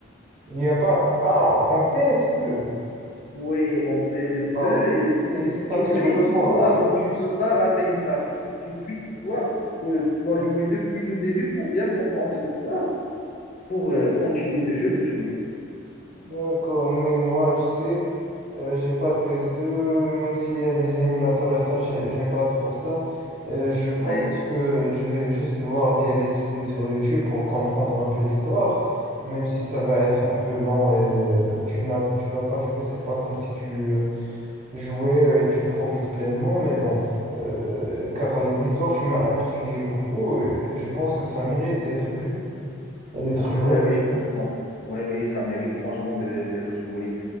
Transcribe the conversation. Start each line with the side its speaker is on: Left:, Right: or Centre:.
Right: Il n'y a pas. Ah, en ps deux
Left: Oui, en PS2,
Right: Ah
Left: et c'est
Right: ouais, ça
Left: c'est
Right: s'appelle
Left: une suite
Right: God of
Left: d'histoire,
Right: War un
Left: donc
Right: je
Left: tu
Right: pense.
Left: ne peux pas rater une partie. C'est une suite d'histoire, donc tu dois, tu dois jouer depuis le début pour bien comprendre l'histoire, pour euh, continuer le jeu, le finir.
Right: D'accord, mais moi, tu sais, euh, j'ai pas de PS2, même s'il y a des émulateurs et ça, j'ai- j'aime pas trop ça. Euh, je pense
Left: Oui,
Right: que je vais juste voir des let's play sur YouTube pour comprendre un peu l'histoire, même si ça va être un peu lent et euh, tu n'as, tu vas pas jouer, c'est pas comme si tu euh, jouais, euh, tu profites pleinement, mais bon, euh, car l'histoire, tu m'as intrigué beaucoup, euh, je pense que ça mérite d'être vu et d'être joué.
Left: oui, oui, franchement. Oui, oui, ça mérite franchement de- d'être joué.